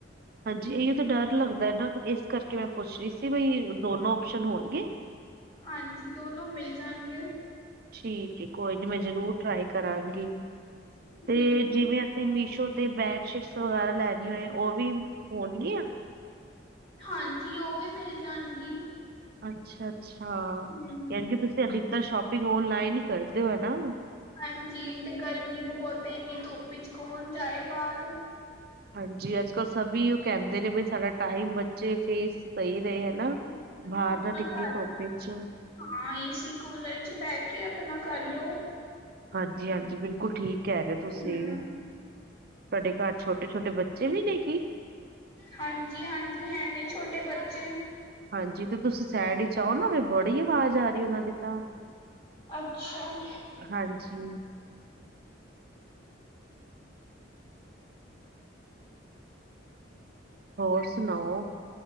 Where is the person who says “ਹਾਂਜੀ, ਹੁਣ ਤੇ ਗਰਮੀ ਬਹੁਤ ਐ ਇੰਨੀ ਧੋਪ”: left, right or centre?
Left